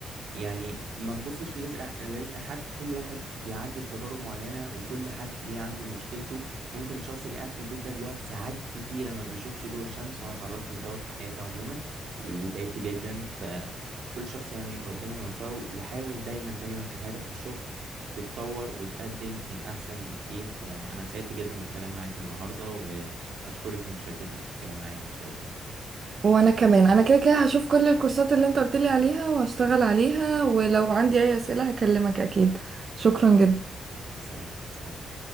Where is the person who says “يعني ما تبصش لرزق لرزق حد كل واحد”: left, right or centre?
Right